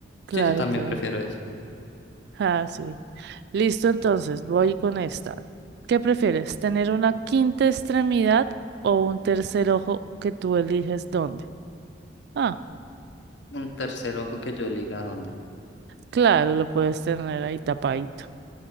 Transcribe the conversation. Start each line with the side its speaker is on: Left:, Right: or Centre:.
Right: Claro,
Left: Sí, yo también
Right: claro.
Left: prefiero eso.
Right: Ah, sí. Listo, entonces, voy con esta. ¿Qué prefieres? ¿Tener una quinta extremidad o un tercer ojo que tú eliges dónde? Ah,
Left: Un tercer ojo que yo liga a dónde.
Right: claro, lo puedes tener ahí tapadito.